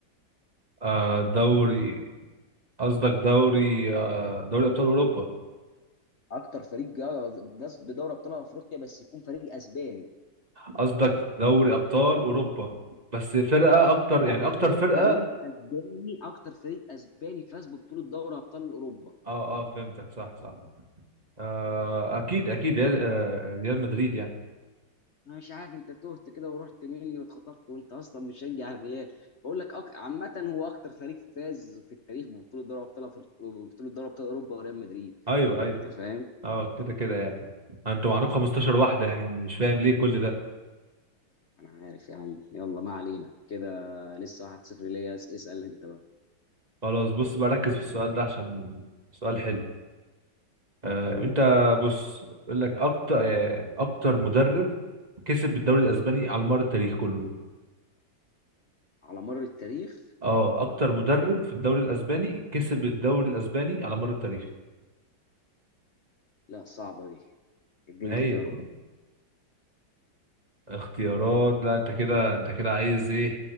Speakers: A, on the right; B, on the left.
A: آه دوري قصدك دوري آه دوري ابطال اوروبا
B: أكتر فريق جا- فاز بدوري أبطال أفريقيا بس يكون فريق أسباني
A: قصدك دوري ابطال اوروبا بس فرقه اكتر يعني
B: اكتر
A: اكتر فرقه
B: فريق اسباني اكتر فريق اسباني فاز ببطوله دوري ابطال اوروبا
A: اه اه فهمتك صح صح آه اكيد اكيد ريال آه ريال مدريد يعني
B: انا مش عارف انت تهت كده ورحت مني واتخطفت وانت اصلا بتشجع الريال بقول لك أك... عامه هو اكتر فريق فاز في التاريخ ببطوله دوري ابطال أفر- ببطوله دوري ابطال اوروبا وريال مدريد
A: ايوه ايوه
B: انت فاهم
A: اه كده كده يعني انتوا معاكم 15 واحده يعني مش فاهم ليه كل ده
B: انا عارف يا عم يلا ما علينا كده لسه 1-0 ليا اس- اسال انت بقى
A: خلاص بص بقى ركز في السؤال ده عشان سؤال حلو آه
B: قول
A: انت بص يقول لك اكتر آه اكتر مدرب كسب الدوري الاسباني على مر التاريخ كله
B: على مر التاريخ
A: اه اكتر مدرب في الدوري الاسباني كسب الدوري الاسباني على مر التاريخ
B: لا صعبه دي اديني
A: ما
B: اختيارات
A: هي اختيارات لا انت كده انت كده عايز ايه